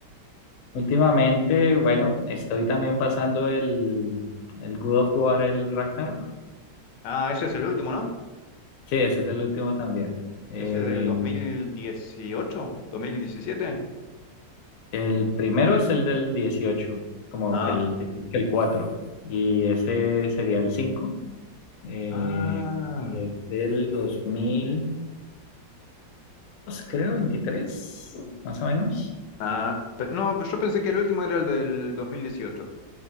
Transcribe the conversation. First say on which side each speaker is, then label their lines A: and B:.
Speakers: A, on the left; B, on the left.
A: Últimamente, bueno, estoy también pasando el, el God of War, el Ragnarok.
B: Ah, ese es el último, ¿no?
A: Sí, ese es el último también. Eh,
B: Ese es del dos dos mil dieciocho, dos mil diecisiete.
A: el primero es el del 18, como
B: Ah,
A: que el, digamos que el 4 y ese sería el cinco eh,
B: ah,
A: y es del 2022, creo, 23, más o menos.
B: ah, pe- no, yo pensé que el último era el del 2018.